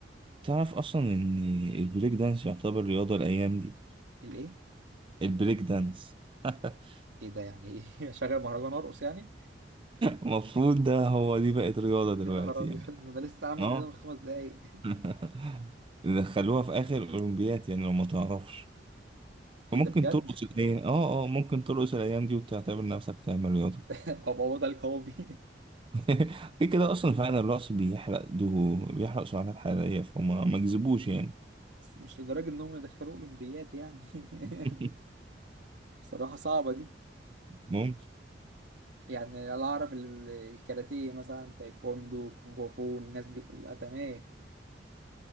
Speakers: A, on the right (about 30°); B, on the right (about 75°).
A: تعرف اصلا ان البريك دانس يعتبر رياضه الايام دي
B: الايه
A: البريك دانس <laughs>
B: ايه ده يعني ايه <laughs> اشغل مهرجان ارقص يعني
A: المفروض ده هو دي بقت رياضه
B: يا
A: دلوقتي
B: نهار ابيض
A: يعني
B: ده انا لسه عامل
A: اه
B: رياضه من خمس دقايق
A: <laughs> دخلوها في اخر اولمبيات يعني لو ما تعرفش
B: <laughs> ايه
A: ممكن
B: ده بجد
A: ترقص الايام اه اه ممكن ترقص الايام دي وتعتبر نفسك تعمل رياضه
B: <laughs> هبقى وضع القومي
A: <laughs> كده كده اصلا فعلا الرقص بيحرق دهو بيحرق سعرات حراريه فما ما كذبوش يعني
B: <laughs> بس مش لدرجه انهم يدخلوه اولمبيات يعني <laughs>
A: <laughs>
B: بصراحه صعبه دي
A: ممكن
B: يعني لا اعرف ال- الكاراتيه مثلا تايكوندو كونغ فو الناس دي كلها تمام